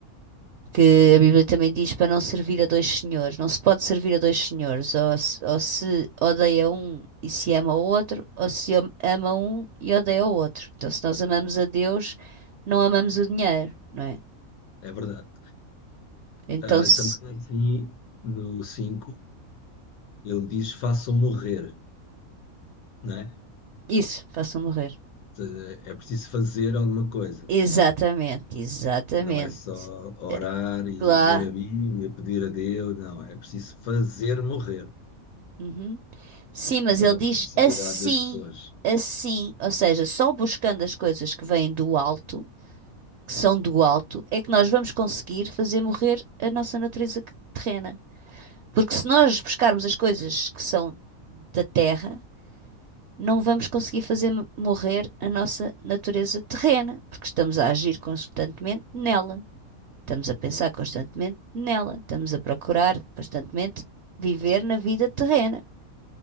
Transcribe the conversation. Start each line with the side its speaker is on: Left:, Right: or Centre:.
Right: que a Bíblia também diz para não servir a dois senhores. Não se pode servir a dois senhores, ou se, ou se odeia um e se ama o outro, ou se ama um e odeia o outro. Então, se nós amamos a Deus, não amamos o dinheiro, não é?
Left: é verdade.
Right: Então,
Left: Ah,
Right: se...
Left: também assim, no 5, ele diz façam morrer, não é?
Right: isso, façam morrer.
Left: Eh, É preciso fazer alguma coisa.
Right: Exatamente, exatamente.
Left: Não é só orar e
Right: Claro.
Left: ler a Bíblia, pedir a Deus, não, é preciso fazer morrer.
Right: Uhum. Sim, mas
Left: Isso
Right: ele
Left: é uma
Right: diz
Left: responsabilidade
Right: assim,
Left: das pessoas.
Right: assim, ou seja, só buscando as coisas que vêm do alto que são do alto, é que nós vamos conseguir fazer morrer a nossa natureza terrena. Porque se nós buscarmos as coisas que são da terra, não vamos conseguir fazer mo- morrer a nossa natureza terrena, porque estamos a agir constantemente nela, estamos a pensar constantemente nela, estamos a procurar constantemente viver na vida terrena.